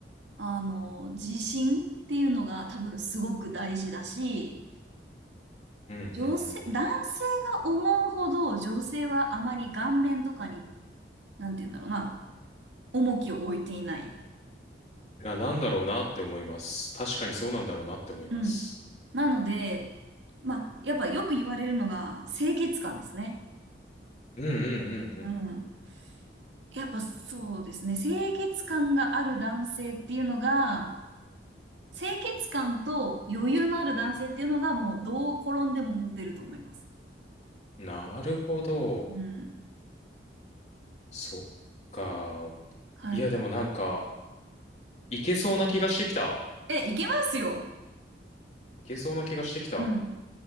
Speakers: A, on the right; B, on the left.
A: あの、自信っていうのが多分すごく大事だし、
B: うんうんうんうんうん。
A: 女性、男性が思うほど女性はあまり顔面とかに、
B: い
A: なんて言うんだろうな、重きを置いていない。
B: や、なんだろうなって思います。確かにそうなんだろうなって思います。
A: うん。なので、まあ、やっぱよく言われるのが清潔感ですね。
B: うんうんうん
A: うん。やっぱそうですね。清潔感がある男性っていうのが、清潔感と余裕のある男性っていうのがもうどう転んでもモテると思います。
B: うん。なるほど。
A: うん。
B: そっか。
A: はい。
B: いや、でもなんか、いけそうな気がしてきた。
A: え、いけますよ。
B: いけそうな気がしてきた。
A: うん。